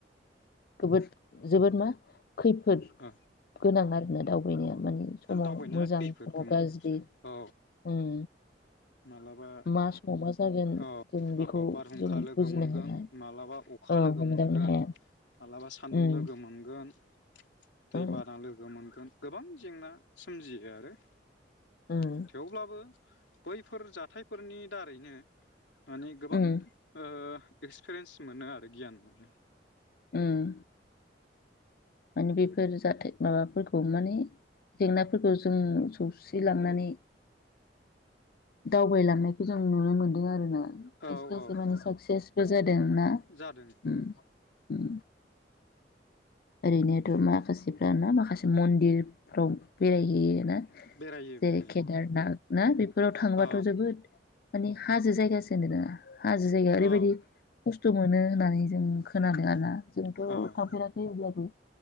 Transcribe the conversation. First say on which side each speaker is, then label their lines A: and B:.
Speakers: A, on the left; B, on the left.
A: गोबोद जोबोद मा खैफोद
B: औ
A: गोनां आरो। ना दाव बिनिया मानि समाव
B: दावबायनाया
A: मोजां
B: खैफोद
A: समाव
B: गोनां
A: गाज्रि
B: औ
A: उम।
B: मालाबा
A: मा समाव मा जागोन
B: औ
A: जों बेखौ
B: औ बारहुंखा
A: जों
B: लोगो
A: बुजिनो
B: मोनगोन
A: हाया
B: मालाबा अखा
A: ओ
B: लोगो
A: हमदांनो
B: मोनगोन
A: हाया
B: मालाबा सान्दुं
A: उम
B: लोगो मोनगोन दैबाना
A: औ
B: लोगो मोनगोन गोबां जेंना सोमजियो आरो।
A: उम
B: थेवब्लाबो बैफोर जाथायफोरनि दारैनो माने गोबां
A: उम
B: ओ एक्सपिरियेन्स मोनो आरो गियान मोनो।
A: उम। माने बेफोर जाथाय माबाफोरखौ माने जेंनाफोरखौ जों सौसि लांनानै दावबायलांनायखौ जों नुनो मोनदों आरो ना।
B: औ
A: खायसे खायसे
B: औ
A: माने
B: औ
A: साक्सेसबो जादों ना
B: जादों
A: उम। उम ओरैनोथ' माखासेफ्रा ना माखासे मन्दिर फ्राव बेरायहैयो। ना।
B: बेरायो
A: जेरै-
B: बेरायो
A: केदारनाथ ना बेफोराव थांबाथ'
B: औ
A: जोबोद माने हाजो जायगासो होनदों ना? हाजो जायगाया ओरैबायदि
B: औ
A: खस जौ मोनो होननानै जों खोनादों
B: मोनो
A: आरोना, जोंथ'
B: औ औ
A: थांफेराख उम